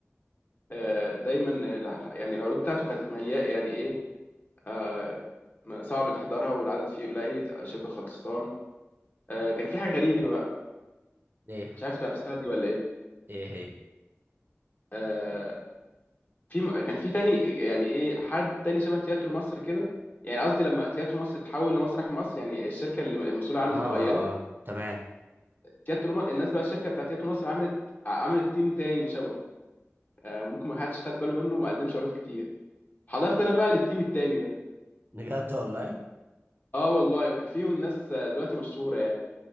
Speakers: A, on the left; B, on the right.
A: آه، دايما آه، الع- يعني العروض بتاعته كانت مليئه يعني ايه آه، ما- صعب تحضرها والعدد فيه قليل شبه خلصان آه، كان في حاجه غريبه بقى
B: ايه
A: مش عارف انت لاحظتها دي ولا ايه
B: ايه هي
A: آه، في م- كان في تاني يعني ايه حد تاني شبه تياترو مصر كده يعني قصدي لما تياترو مصر اتحول لمسرح مصر يعني الشركه اللي المسؤوله عنه
B: اه اه
A: اتغيرت
B: اه تمام
A: تياترو م... الناس بقى الشركه بتاعت تياترو مصر عملت عملت تيم تاني شبهه آه، ممكن ما حدش خد باله منه وما قدمش عروض كتير حضرت انا بقى للتيم التاني ده
B: بجد والله
A: اه والله وكان فيهم ناس آه، دلوقتي مشهوره يعني